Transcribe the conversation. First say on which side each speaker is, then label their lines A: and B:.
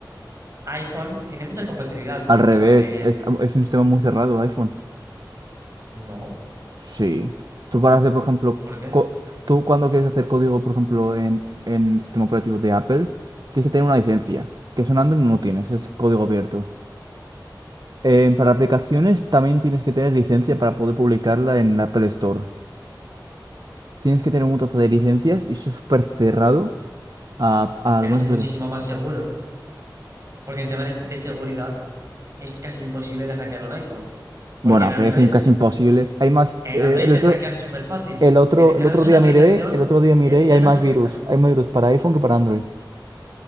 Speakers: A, on the right; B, on the right.
A: iPhone tiene mucha compatibilidad con
B: Al revés,
A: los Apple.
B: es, es un sistema muy cerrado iPhone.
A: No.
B: Sí. Tú para hacer, por ejemplo,
A: ¿Por qué?
B: co- tú cuando quieres hacer código, por ejemplo, en, en sistema operativo de Apple, tienes que tener una licencia, que eso en Android no lo tienes, es código abierto. Eh, para aplicaciones también tienes que tener licencia para poder publicarla en la Apple Store. Tienes que tener un montazo de licencias y eso es súper cerrado. a, a
A: Pero
B: algunas
A: es muchísimo
B: aplicaciones.
A: más seguro. Porque en tema de, de seguridad es casi imposible de hackear un iPhone. Porque
B: Bueno,
A: en Android
B: que es casi imposible. Hay más.
A: En
B: eh,
A: Android
B: el
A: te
B: otro,
A: hackean súper fácil.
B: el otro,
A: Te descargas
B: el otro
A: una
B: día
A: aplicación
B: miré, el otro día miré
A: y ya, y
B: y
A: ya
B: hay
A: te
B: más
A: has infectado.
B: virus. Hay más virus para iPhone que para Android.